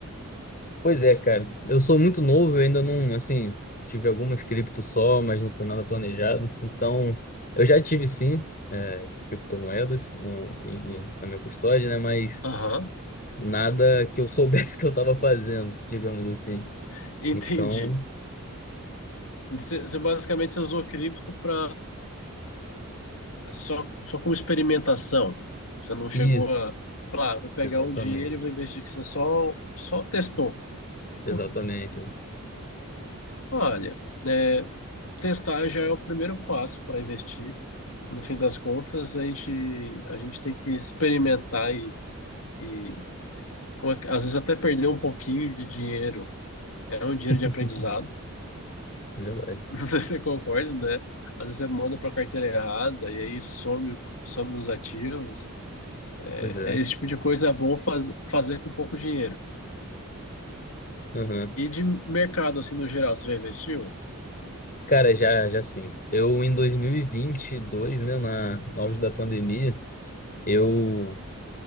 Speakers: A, on the left; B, on the left.
A: Pois é, cara. Eu sou muito novo, eu ainda não, assim, tive algumas criptos só, mas não foi nada planejado. Então, eu já tive sim, é, criptomoedas no- em- em- na minha custódia, né? Mas
B: Aham,
A: nada que eu soubesse <laughs> que eu estava fazendo, digamos assim.
B: <laughs> entendi.
A: Então,
B: Você, você basicamente você usou cripto para só, só como experimentação. Você não
A: isso,
B: chegou a falar, "Ah, vou pegar
A: exatamente.
B: um dinheiro e vou investir que você só, só testou. Tipo,
A: Exatamente.
B: Olha, é, testar já é o primeiro passo para investir. No fim das contas, a gente, a gente tem que experimentar e, e como é que- às vezes até perder um pouquinho de dinheiro. É um dinheiro
A: <laughs>
B: de aprendizado,
A: Verdade.
B: <laughs> não sei se você concorda, né? Às vezes você manda para a carteira errada e aí some, some os ativos. É,
A: Pois é.
B: Esse tipo de coisa é bom faz- fazer com pouco dinheiro.
A: Aham.
B: E de mercado, assim, no geral, você já investiu?
A: Cara, já, já sim. Eu, em dois mil e e vinte e dois né, na, no auge da pandemia, eu